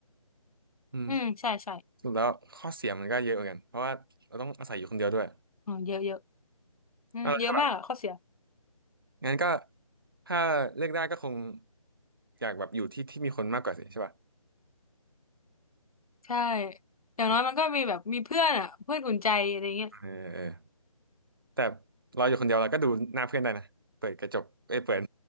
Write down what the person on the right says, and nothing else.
อืม
สรุดแล้วข้อเสียมันก็เยอะเหมือนกันเพราะว่าเราต้องอาศัยอยู่คนเดียวด้วยอ่ะ
เอาละถ้าแบบงั้นก็ถ้าเลือกได้ก็คงอยากแบบอยู่ที่ที่มีคนมากกว่าสิใช่ป่ะ
อืมเออเออแต่เราอยู่คนเดียวเราก็ดูหน้าเพื่อนได้นะเปิดกระจกเอ้ยเปิด